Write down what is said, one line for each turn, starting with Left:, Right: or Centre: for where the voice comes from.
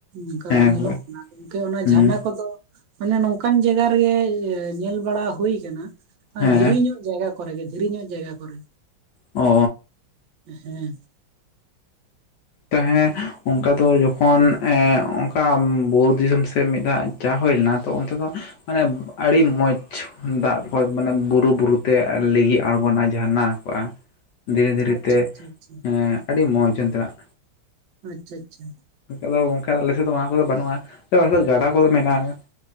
Right: ᱚᱝᱠᱟ
Left: ᱦᱮᱸ
Right: ᱵᱟᱝ
Left: ᱜᱚᱝᱠᱮ
Right: ᱧᱮᱞᱚᱜ ᱠᱟᱱᱟ ᱜᱚᱝᱠᱮ ᱚᱱᱟ
Left: ᱦᱩᱸ
Right: ᱡᱷᱟᱨᱱᱟ ᱠᱚᱫᱚ ᱢᱟᱱᱮ ᱱᱚᱝᱠᱟᱱ ᱡᱟᱭᱜᱟ ᱨᱮᱜᱮ ᱧᱮᱞ ᱵᱟᱲᱟ ᱦᱩᱭᱩᱠᱟᱱᱟ
Left: ᱦᱮᱸ
Right: ᱫᱷᱤᱨᱤ ᱧᱚᱜ ᱡᱟᱭᱜᱟ ᱠᱚᱨᱮ ᱜᱮ ᱫᱷᱤᱨᱤ ᱧᱚᱜ ᱡᱟᱭᱜᱟ ᱠᱚᱨᱮ
Left: ᱚᱻ
Right: ᱦᱮᱸ
Left: ᱛᱟᱦᱮᱸ ᱚᱱᱠᱟ ᱫᱚ ᱡᱚᱠᱷᱚᱱ ᱮ ᱚᱱᱠᱟ ᱵᱩᱨᱩ ᱫᱤᱥᱚᱢ ᱥᱮᱫ ᱢᱤᱫ ᱫᱷᱟᱣ ᱪᱟ ᱦᱩᱭ ᱞᱮᱱᱟ ᱛᱚ ᱚᱱᱛᱮ ᱫᱚ ᱟᱨᱮ ᱟᱹᱰᱤ ᱢᱚᱸᱡᱽ ᱫᱟᱜ ᱯᱷᱚᱞ ᱢᱟᱱᱮ ᱵᱩᱨᱩ ᱵᱩᱨᱩᱛᱮ ᱞᱤᱜᱤ ᱟᱬᱜᱚᱱᱟ ᱡᱷᱟᱨᱱᱟ ᱠᱚᱜᱼᱟ ᱫᱷᱤᱨᱤ ᱫᱷᱤᱨᱤ
Right: ᱟᱪᱪᱷᱟ
Left: ᱛᱮ
Right: ᱟᱪᱪᱷᱟ ᱟᱪᱪᱷᱟ
Left: ᱮ ᱟᱹᱰᱤ ᱢᱚᱡ ᱚᱱᱛᱮᱱᱟᱜ
Right: ᱟᱪᱪᱷᱟ ᱟᱪᱪᱷᱟ
Left: ᱱᱚᱛᱮ ᱫᱚ ᱜᱚᱝᱠ ᱟᱞᱮᱥᱮᱫ ᱫᱚ ᱚᱱᱟ ᱠᱚᱫᱚ ᱵᱟᱹᱱᱩᱜᱼᱟ ᱟᱞᱮ ᱥᱮᱫ ᱫᱚ ᱜᱟᱰᱟ ᱠᱚᱫᱚ ᱢᱮᱱᱟᱜᱼᱟ